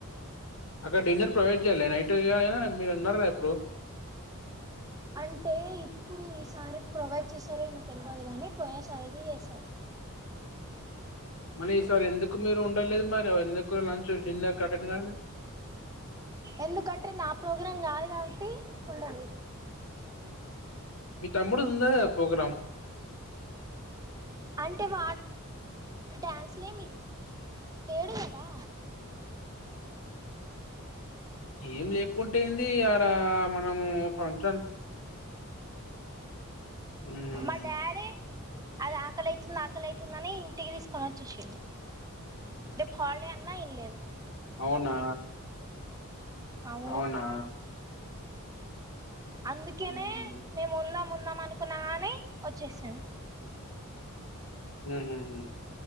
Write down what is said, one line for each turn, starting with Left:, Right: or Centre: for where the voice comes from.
Left: అక్కడ డిన్నర్ ప్రొవైడ్ చేయాలి నైట్ అనా మీరు ఉన్నారా ఇప్పుడు
Right: అంటే ఇప్పుడు ఈసారి ప్రొవైడ్ చేశారు ఏమె తెలియదు కానీ పోయి సార్ ఇది చేసారు
Left: మరి ఈ సారి ఎందుకు మీరు ఉండలేదు మరి ఎందుకు లంచ్ డిన్నర్ కట్టండి కాదు
Right: ఎందుకంటే నా ప్రోగ్రాం కాదు కాబట్టి ఉండదు
Left: మీ తమ్ముడుదిందానే పోగ్రాం
Right: అంటే వా డ్యాన్స్లుం లే కేడుదా
Left: ఏం లేకుంటేయింది అడ మనము ఫంక్షన్ హ్మ్.
Right: మా డాడే అది ఆకలి అైతుంది ఆకలైతుందని ఇంటికి తీసుకొని వచ్చేసిడు రేపు హాలిడే అన్నా ఇనలేదు
Left: అవునా
Right: అవును
Left: అవునా
Right: అందుకేనే
Left: మ్మ్.
Right: మేము ఉందాం ఉందాం అనుకున్నా కానీ వచ్చేసాను
Left: హు హు హు